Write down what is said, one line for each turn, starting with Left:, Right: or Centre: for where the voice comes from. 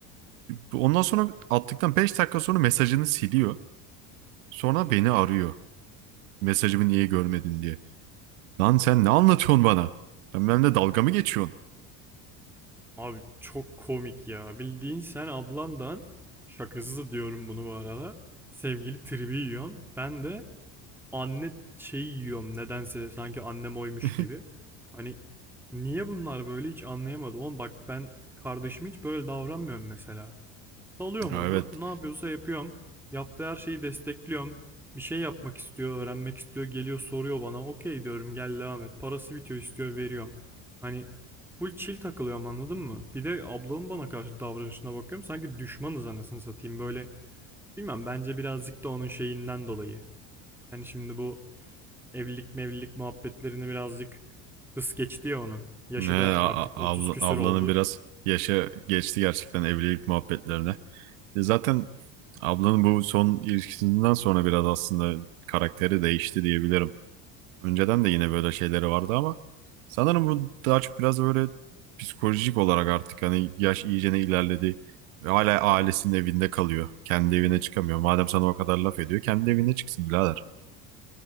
Right: Bu- Ondan sonra attıktan 5 dakika sonra mesajını siliyor. Sonra beni arıyor. Mesajımı niye görmedin diye. Lan sen ne anlatıyorsun bana? Sen benimle dalga mı geçiyorsun?
Centre: Abi çok komik ya. Bildiğin sen ablandan şakasız diyorum bunu bu arada. Sevgili tribi yiyorsun. Ben de anne şeyi yiyorum nedense sanki annem oymuş
Right: <laughs>
Centre: gibi. Hani niye bunlar böyle hiç anlayamadım. Oğlum bak ben kardeşim hiç böyle davranmıyorum mesela. Salıyorum
Right: Ha,
Centre: onu
Right: Evet.
Centre: ne yapıyorsa yapıyorum. Yaptığı her şeyi destekliyorum. Bir şey yapmak istiyor, öğrenmek istiyor, geliyor soruyor bana. Okey diyorum gel devam et. Parası bitiyor istiyor veriyorum. Hani full chill takılıyorum anladın mı? Bir de ablamın bana karşı davranışına bakıyorum. Sanki düşmanız anasını satayım böyle. Bilmem bence birazcık da onun şeyinden dolayı. Yani şimdi bu evlilik mevlilik muhabbetlerini birazcık hız geçti ya onun. Yaşı
Right: Ne, a-
Centre: da artık
Right: a-
Centre: 30
Right: abla-
Centre: küsür
Right: ablanın
Centre: oldu.
Right: biraz yaşı geçti gerçekten evlilik muhabbetlerine. E Zaten ablanın bu son ilişkisinden sonra biraz aslında karakteri değişti diyebilirim. Önceden de yine böyle şeyleri vardı ama sanırım bu daha çok biraz böyle psikolojik olarak artık hani yaş iyicene ilerledi ve hala ailesinin evinde kalıyor. Kendi evine çıkamıyor. Madem sana o kadar laf ediyor, kendi evine çıksın birader.